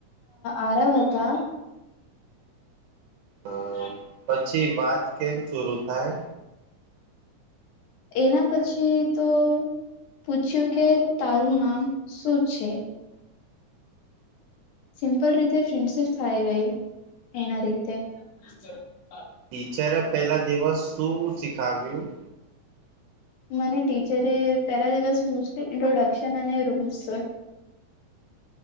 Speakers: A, on the left; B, on the right.
A: આરવ હતા. <unintelligible>
B: અ પછી વાત કેમ શરૂ થાય.
A: એના પછી તો પૂછ્યું કે તારું નામ શું છે. સિમ્પલ રીતે ફ્રેન્ડશિપ થાય ગઈ એના રી.. તે. <inaudible>
B: ટીચરે પેલા દિવસ શું શીખાવ્યું.
A: મને ટીચરે પેલા દિવસ મોસ્ટલી ઇન્ટ્રોડક્શન અને રૂલ્સ